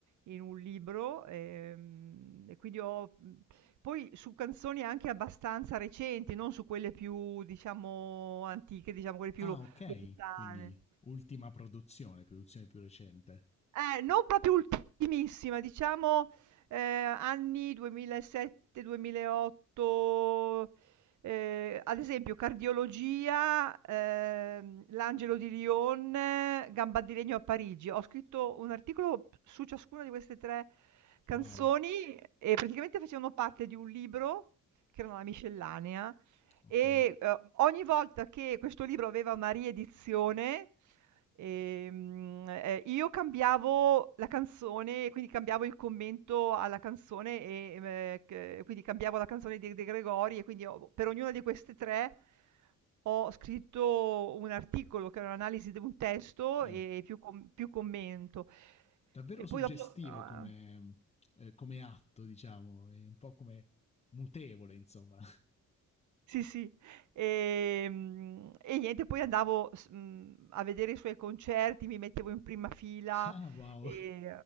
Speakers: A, on the right; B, on the left.
A: in un libro, ehm, e quindi ho mhmm, poi su canzoni anche abbastanza recenti, non su quelle più, diciamo, antiche, diciamo quelle più
B: Ah,
A: lo
B: ok,
A: lontane.
B: quindi ultima produzione, produzione più recente.
A: Eh, non proprio ultimissima, diciamo, ehm, anni 2007, 2008, ehm, ad esempio cardiologia, ehm, l'Angelo di Lyon, eh, Gamba di legno a Parigi. Ho scritto un articolo su ciascuna di queste 3 canzoni
B: Wow,
A: e praticamente facevano parte di un libro che era una miscellanea
B: ok.
A: e, ehm, ogni volta che questo libro aveva una riedizione Ehm, ehm, io cambiavo la canzone, quindi cambiavo il commento alla canzone, ehm, ehm, c quindi cambiavo la canzone di De Gregori e quindi ho per ognuna di queste 3 ho scritto un articolo che era un'analisi di un testo
B: Sì,
A: e più com più commento.
B: davvero
A: E
B: suggestivo
A: poi dopo, uhm
B: come, eh, come atto, diciamo, è un po' come mutevole, insomma. <laughs>
A: Sì, sì. Ehm, e niente, poi andavo s mhmm, a vedere i suoi concerti, mi mettevo in prima fila
B: Ah, wow.
A: e